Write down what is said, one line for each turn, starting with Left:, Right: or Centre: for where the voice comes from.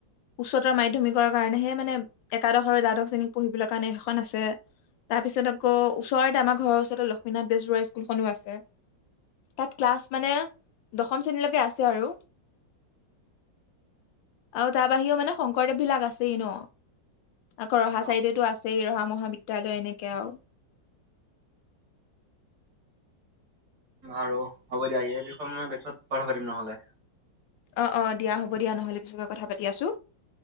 Left: উচ্চতৰ মাধ্যমিকৰ কাৰণেহে মানে, একাদশ আৰু দ্বাদশ শ্ৰেণীক পঢ়িবলৈকাৰণে সেইখন আছে। তাৰ পিছত আকৌ ওচৰতে আমাৰ ঘৰৰ ওচৰতে লক্ষ্মীনাথ বেজবৰুৱা স্কুলখনো আছে। তাত ক্লাছ মানে, দশম শ্ৰেণীলৈকে আছে আৰু। আৰু তাৰ বাহিৰেও মানে শংকৰদেৱ বিলাক আছেই ন। আকৌ ৰহা
Right: অ
Left: চাৰিআলিটো আছ এই ৰহা মহাবিদ্যালয় এনেকে আৰু।
Right: আৰু, হ'ব দিয়া এই বিষয়ে মই পিছত কথা পাতিম নহ'লে।
Left: অ', - অ', দিয়া হ'ব দিয়া নহলে পিছত মই কথা পাতি আছো।